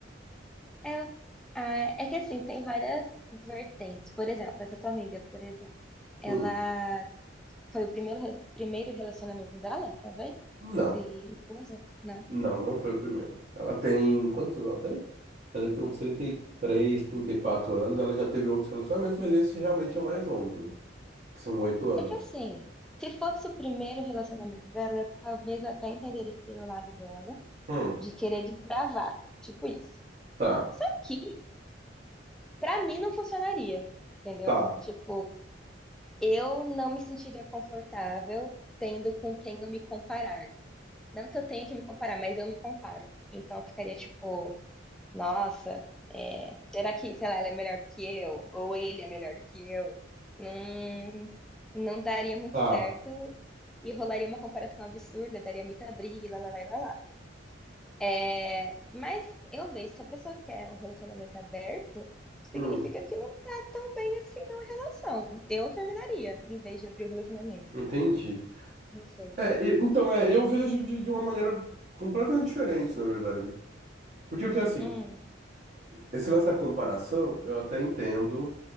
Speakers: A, in the centre; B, on the right.
A: é, ah, é que assim, tem várias vertentes. Por exemplo, essa tua amiga, por exemplo, ela
B: Hum,
A: Foi o primeiro, re- primeiro relacionamento dela, talvez?
B: não.
A: Esse esposo? Não.
B: Não, não foi o primeiro. Ela tem. Quantos anos ela tem? Ela tem uns trinta trinta e três, trinta e quatro anos. Ela já teve outros relacionamentos, mas esse realmente é o mais longo, né? Que são oito anos.
A: É que assim, se fosse o primeiro relacionamento dela, talvez eu até entenderia o lado dela
B: Hum,
A: de querer desbravar, tipo isso.
B: tá,
A: Só que, pra mim, não funcionaria, entendeu?
B: tá,
A: Tipo, eu não me sentiria confortável tendo com quem eu me comparar. Não que eu tenha que me comparar, mas eu me comparo. Então, eu ficaria tipo. Nossa, é, será que, sei lá, ela é melhor que eu? Ou ele é melhor que eu? Não, não daria muito
B: tá.
A: certo e rolaria uma comparação absurda, daria muita briga, e lá, lá, lá, lá, lá. É, mas eu vejo, se a pessoa quer um relacionamento aberto, significa
B: Hum,
A: que não tá tão bem assim na relação. Eu terminaria, em vez de abrir o relacionamento.
B: entendi.
A: Não sei.
B: É, e- então, é, eu vejo de, de uma maneira completamente diferente, na verdade. Porque o que é assim,
A: Hum,
B: esse lance da comparação, eu até entendo,